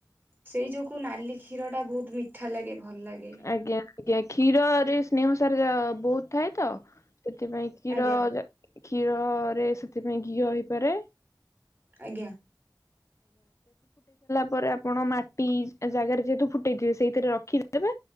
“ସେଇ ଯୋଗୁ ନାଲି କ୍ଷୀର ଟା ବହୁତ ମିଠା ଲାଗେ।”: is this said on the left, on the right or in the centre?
Right